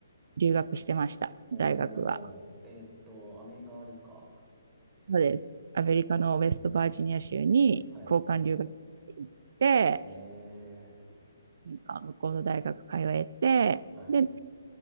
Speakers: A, on the right; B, on the right.
A: 留学してました、
B: おー、
A: 大学は。
B: えーっと、アメリカですか
A: そうです。アメリカのウェストバージニア州に交換留学行って、
B: はい。えー、
A: 向こうの大学通えて、
B: はい、
A: で、